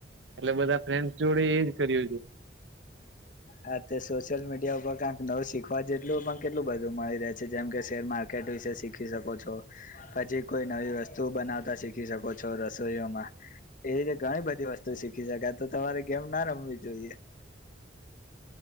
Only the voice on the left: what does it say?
હા, તે સોશિયલ મીડિયા તો કાક નવું શીખવા જેટલું પણ કેટલું બધું મળી રહે છે જેમ કે શેર માર્કેટ વિશે શીખી શકો છો પછી કોઈ નવી વસ્તુઓ બનાવતા શીખી શકો છો રસોઈયો માં. એવી રીતે ઘણી બધી વસ્તુ શીખી સખાતું. તમારે ગેમ ના રમવી જોઈએ.